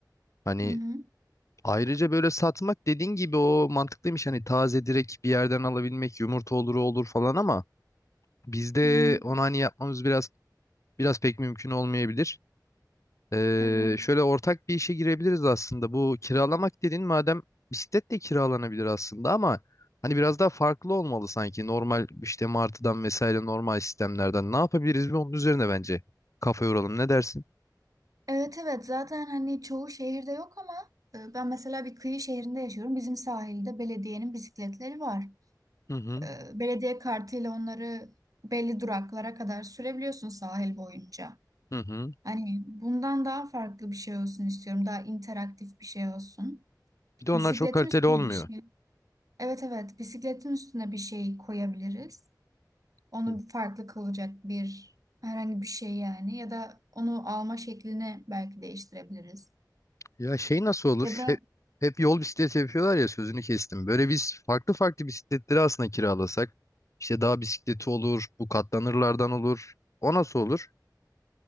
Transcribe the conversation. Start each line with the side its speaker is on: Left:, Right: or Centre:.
Left: Hani
Right: Hı hı.
Left: ayrıca böyle satmak dediğin gibi o mantıklıymış. Hani taze direkt bir yerden alabilmek yumurta olur o olur falan ama bizde
Right: Hı hı.
Left: onu hani yapmamız biraz biraz pek mümkün olmayabilir. Ee,
Right: Evet.
Left: şöyle ortak bir işe girebiliriz aslında. Bu kiralamak dediğin madem bisiklet de kiralanabilir aslında ama hani biraz daha farklı olmalı sanki. Normal işte martıdan vesaire normal sistemlerden ne yapabiliriz bir onun üzerine bence kafa yoralım. Ne dersin?
Right: Evet evet zaten hani çoğu şehirde yok ama e, ben mesela bir kıyı şehrinde yaşıyorum. Bizim sahilde belediyenin bisikletleri var.
Left: Hı hı
Right: E, Belediye kartıyla onları belli duraklara kadar sürebiliyorsun sahil boyunca.
Left: hı hı.
Right: Hani bundan daha farklı bir şey olsun istiyorum. Daha interaktif bir şey olsun.
Left: Bir de onlar
Right: Bisikletin
Left: çok kaliteli
Right: üstüne
Left: olmuyor.
Right: bir şey. Evet evet bisikletin üstüne bir şey koyabiliriz. Onu
Left: Hı.
Right: farklı kılacak bir herhangi bir şey yani. Ya da onu alma şeklini belki değiştirebiliriz.
Left: Ya şey nasıl olur?
Right: Ya da
Left: Hep, hep yol bisikleti yapıyorlar ya sözünü kestim. Böyle biz farklı farklı bisikletleri aslında kiralasak. İşte dağ bisikleti olur, bu katlanırlardan olur. O nasıl olur?